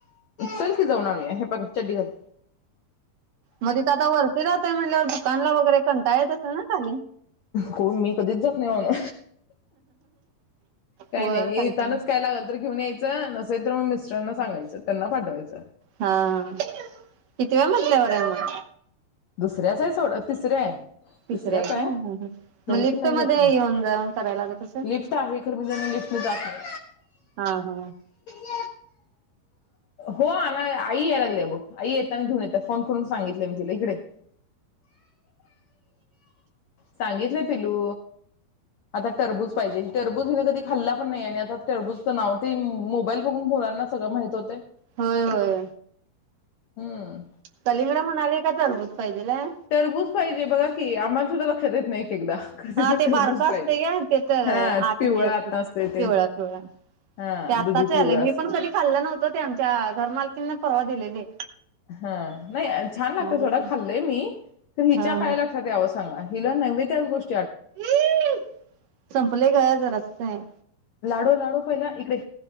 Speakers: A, on the left; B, on the right.
A: चल की जाऊन आणू या हे बघ चड्डी घाल.
B: म तिथ आता वरती राहताय म्हणल्यावर दुकानला वगैरे कंटाला येत असेल ना खाली
A: कोण मी कधीच जात नाय काय
B: वर
A: नाय
B: खाली
A: येतानाच
B: खाली
A: काय ना काय तर घेऊन यायच नसेल तर म मिस्टराना सांगायच त्यांना पाठवायच
B: हा हा कितव्या मजल्यावर हे म
A: दुसऱ्याच आहे सोड तिसऱ्या आहे.
B: तिसऱ्या
A: तिसऱ्याच आहे
B: काय ह ह मग
A: तरी
B: लिफ्ट
A: पण नाही
B: मध्ये
A: जात मी.
B: येऊन जाऊन करायला लागत असेल
A: लिफ्ट आहे खर मी ज लिफ्टने जात नाही
B: हा हा
A: <unintelligible> हो आना आई यायला लागली बघ आई येताना घेऊन येत फोन करून सांगितले मी तिला इकडे ये सांगितल पिलू आता टरबूज पाहिजे टरबूज हिन कधी खाल्ला पण नाये आणि आता टरबुजच नाव ते मोबाईल बघून मुलांना सगळ माहित होतय.
B: होय होय
A: हूं
B: कलिंगड म्हणाले काय सरबत पाहिजेल हाय?
A: टररबूज पाहिजे बघा की आम्हाला सुद्धा लक्षात येत नाही. एक एकदा खरं तिला
B: हा ते
A: टरबूज
B: बारक असतंय
A: पाहिजे.
B: ग ते तर
A: हा
B: आत
A: पिवळं
B: हे असते
A: आता असतंय ते
B: पिवळ्या पिवळ्या.
A: हा
B: ते आत्ताच
A: दुधी पिवळं
B: आलेय मी
A: असं
B: पण कधी खाल्लं नव्हतं ते आमच्या घर मालकींन परवा दिलेेले
A: हा नाही छान लागतय सोडा,
B: हा
A: खाल्लंय मी. खरं हिच्या काय
B: हा
A: लक्षात यावं सांगा. हिला नवे त्याच गोष्
B: हं संपले ग जरासं साय
A: लाडू, लाडू पहिला इकड ये,